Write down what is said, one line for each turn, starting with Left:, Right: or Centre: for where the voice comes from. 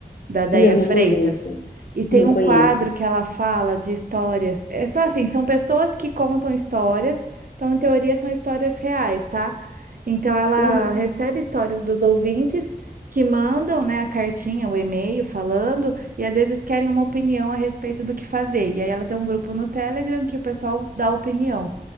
Right: da Déia
Left: Não, não
Right: Freitas.
Left: conheço.
Right: E tem
Left: Não
Right: um
Left: conheço.
Right: quadro que ela fala de histórias. É só assim, são pessoas que contam histórias, então em teoria são histórias reais, tá? Então ela
Left: Uhum,
Right: recebe histórias dos ouvintes que mandam, né, a cartinha, o e-mail falando, e às vezes querem uma opinião a respeito do que fazer. E aí ela tem um grupo no Telegram que o pessoal dá opinião.